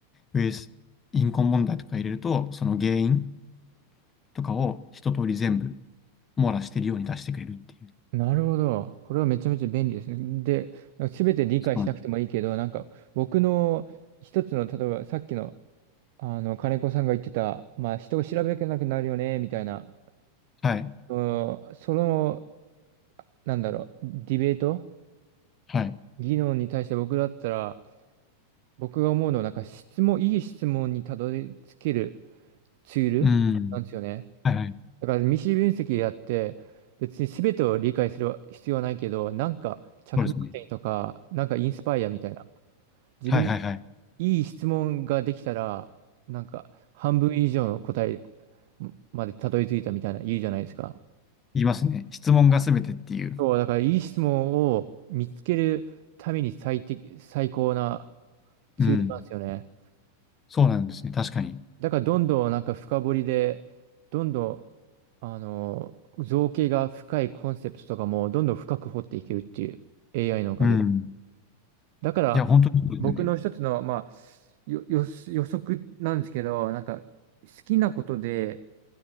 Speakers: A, on the left; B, on the right.
A: with 貧困問題とか入れると、その原因とかを一通り全部網羅してるように出してくれるっていう。
B: なるほど。これはめちゃめちゃ便利ですね。で、なんか全て理解しなくてもいいけど、
A: そうなん
B: なんか僕の一つの、例えばさっきの、あの、金子さんが言ってた、まあ人を調べなくなるよね、みたいな、
A: はい。
B: うんその、なんだろう、ディベート
A: はい。
B: 議論に対して僕だったら、僕が思うのは、なんか質問、いい質問にたどり着けるツールなんですよね。
A: うん。はいはい。
B: だから未知分析やって別に全てを理解する必要はないけどなんか着目点とかなんかインスパイアみたいな
A: そうですね。
B: 自分のいい質問ができたらなんか半分以上の答え
A: はいはいはい。
B: までたどり着いたみたいな言うじゃないですか。
A: 言いますね。質問がすべてっていう。
B: そうだからいい質問を見つけるために最適、最高なツールなんですよね。
A: うん。そうなんですね。確かに。
B: だからどんどんなんか深掘りでどんどんあの、造形が深いコンセプトとかもどんどん深く掘っていけるっていう AI のおかげで。
A: うん。
B: だから、
A: いや、本当にそうですよね。
B: 僕の一つの、まあ、よ、よ、予測なんですけど、なんか、好きなことで